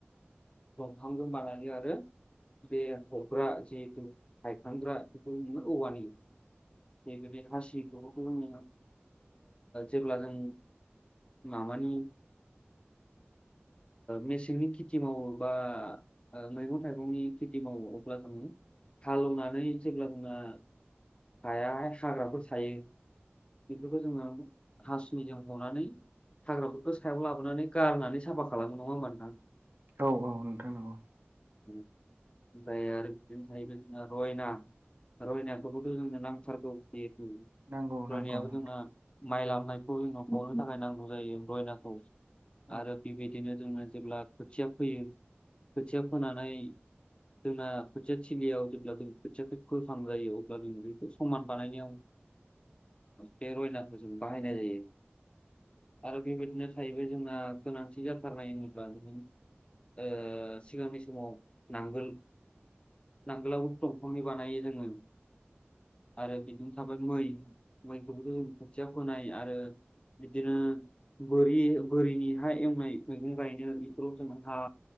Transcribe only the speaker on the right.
औ औ नोंथांनगौ
नांगौ नांगौ
नोंथां
औ